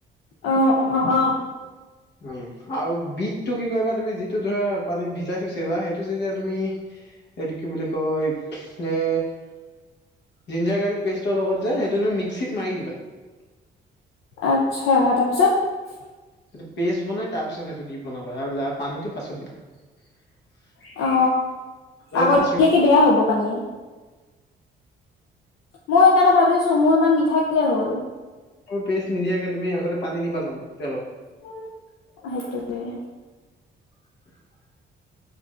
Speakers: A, on the left (about 85°); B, on the left (about 60°).
A: অ অ অ
B: উ আৰু বিটতো কি কৰিবা তুমি যিটো ধৰা পানীত ভিজাই থৈছিলা সেইটো যেতিয়া তুমি <unintelligible> এইটো কি বুলি কয় এ জিঞ্জাৰ গাৰ্লিক পেষ্টৰ লগত যায় সেইটো তুমি মিক্সিত মাৰি দিবা <unintelligible>
A: আত্ছা তাৰপিছত <unintelligible>
B: সেইটো পেষ্ট বনাই তাৰ পিছত সেইটো দি বনাবা আৰু ল পানীটো পাছত দিবা <unintelligible>
A: অ
B: <unintelligible> উম
A: আগত দিলে কি বেয়া হ'ব পানী মই সেইকাৰণে ভাবিছো মোৰ ইমান মিঠা কেলে হ'ল
B: পেষ্ট নিদিয়াকে তুমি আগতে পানী দিবা জানো তেলত
A: সেইটোৱে <unintelligible>
B: <inaudible>